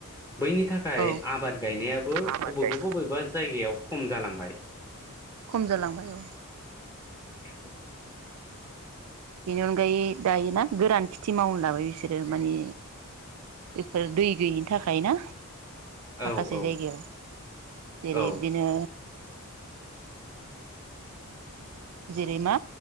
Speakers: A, on the left; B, on the right.
A: <inaudible> बैनि थाखाय
B: औ
A: आबाद गायनायाबो
B: आबाद
A: बबेबा-बबेबा
B: गाय
A: खम जालांबाय
B: खम जालांबाय औ
A: <inaudible>
B: बिनि अनगायै दायो ना गोरान खेथि मावनो लाबाय बिसोरो मानि बेफोर दै गैयिनि थाखाय ना, माखासे
A: औ औ
B: जायगायाव जेरै
A: औ
B: बिदिनो जेरै मा